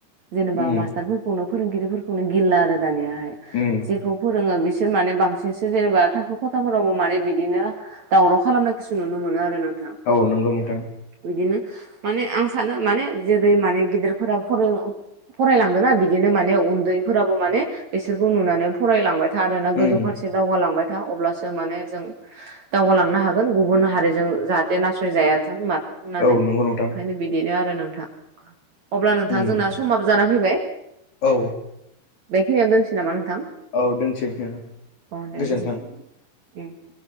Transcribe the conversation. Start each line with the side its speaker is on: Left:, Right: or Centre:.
Right: जेनेबा
Left: उम
Right: मास्टारफोरखौनो फोरोंगिरिफोरखौनो गिला आरो दानियाहाय
Left: उम
Right: जेखौ फोरोङो बिसोर माने बांसिनसो जेनेबा थाखो खथाफोरावबो माने बिदिनो दावराव खालामनायखौसो नुनो मोनो आरो नोंथां
Left: औ नंगौ नोंथां
Right: बिदिनो माने आं सानो माने जेरै माने गिदिरफोरा फोरोङो फरायलांदोंना बिदिनो माने उन्दैफोराबो माने बिसोरखौ नुनानै फरायलांबाय था आरोना गोजौ
Left: उम
Right: फारसे दावगालांबाय था अब्लासो माने जों दावगालांनो हागोन गुबुन हारिजों जाहाथे नासय जायाथों माथों होननानै
Left: औ
Right: ओंखायनो
Left: नंगौ नोंथां
Right: बिदिनो आरो नोंथां अब्ला नोंथां
Left: उम
Right: जोंना समाबो जाना फैबाय
Left: औ
Right: बेखिनियावनो दोननोसै नामा नोंथां
Left: औ दोनसै नों
Right: अ दे
Left: गोजोन्थों
Right: गोजोनथों उम